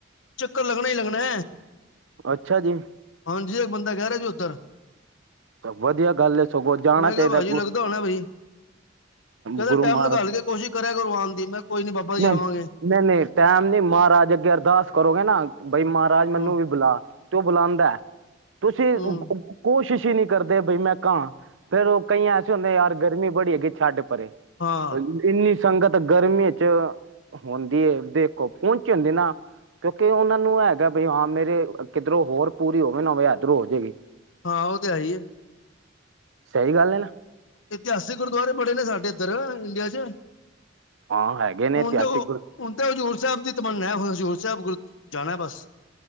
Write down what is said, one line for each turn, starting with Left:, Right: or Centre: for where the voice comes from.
Left: ਚੱਕਰ ਲੱਗਣਾ ਹੀ ਲੱਗਣਾ।
Right: ਅੱਛਾ ਜੀ।
Left: ਹਾਂਜੀ ਇੱਕ ਬੰਦਾ ਕੇ ਰਿਹਾ ਜੀ ਔਧਰ
Right: ਵਧੀਆ ਗੱਲ ਹੈ ਸਗੋਂ ਜਾਣਾ
Left: ਮੈਂ
Right: ਚਾਹੀਦਾ
Left: ਕਿਹਾ ਭਾਜੀ
Right: ਗੁ
Left: ਲੱਗਦਾ ਹੋਣਾ ਬਾਈ। ਕਹਿੰਦੇ
Right: ਗੁਰੂ
Left: ਟਾਈਮ
Right: ਮਹਾਰਾਜ
Left: ਨਿਕਾਲ ਕੇ ਕੋਸ਼ਿਸ਼ ਕਰਿਆ ਕਰੁਰੂ ਆਣ ਦੀ। ਮੈਂ ਕੋਈ ਨੀ ਬਾਬਾ ਜੀ
Right: ਨਹੀਂ
Left: ਆਵਾਂਗੇ।
Right: ਨਹੀਂ ਨਹੀਂ, ਟਾਈਮ ਨੀ ਮਹਾਰਾਜ ਅੱਗੇ ਅਰਦਾਸ ਕਰੋਗੇ ਨਾ ਬਈ ਮਹਾਰਾਜ ਮੈਨੂੰ
Left: ਹੂੰ
Right: ਵੀ ਬਲਾ, ਤੇ ਉਹ ਬੁਲਾਂਦਾ ਤੁਸੀਂ
Left: ਹੂੰ
Right: ਕੋਸ਼ਿਸ਼ ਕਯੀ ਨਹੀਂ ਕਰਦੇ ਬਈ ਮੈਂ ਕਾਂ ਫੇਰ ਔ ਕਈ ਐਸੇ ਹੁੰਦੇ ਯਾਰ ਗਰਮੀ ਬੜੀ ਹੈਗੀ ਏ, ਛੱਡ। ਪਰ ਇਨੀ
Left: ਹਾਂ
Right: ਇਨੀ ਸੰਗਤ ਗਰਮੀਆਂ ਚ ਹੋਂਦੀ ਏ, ਦੇਖੋ ਪਹੁੰਚੀ ਹੁੰਦੀ ਨਾ। ਕਿਉਂਕਿ, ਉਹਨਾਂ ਨੂੰ ਹੈਗਾ। ਬਈ ਹਾਂ, ਮੇਰੇ ਕਿੱਧਰੋਂ ਹੋਰ ਪੂਰੀ, ਹੋਵੇ ਨਾਵੇਂ, ਇਧਰੋਂ ਹੋ ਜਾਵੇਗੀ।
Left: ਹਾਂ। ਉਹ, ਤੇ, ਹੈ, ਹੀ ਹੈ।
Right: ਸਹੀ ਗੱਲ ਏ ਨਾ।
Left: ਇਤਿਹਾਸਿਕ ਗੁਰਦੁਵਾਰੇ ਬੜੇ ਨੇ ਸਾਡੇ ਏਧਰ ਇੰਡੀਆ ਚ।
Right: ਹਾਂ ਹੈਗੇ ਨੇ
Left: ਹੁਣ
Right: ਇਤਿਹਾਸਿਕ
Left: ਤੇ
Right: ਗੁਰ
Left: ਹੁਣ ਤੇ ਹਜ਼ੂਰ ਸਾਹਿਬ ਦੀ ਤਮੰਨਾ ਏ। ਹਜ਼ੂਰ ਸਾਹਿਬ ਜਾਣਾ ਬਸ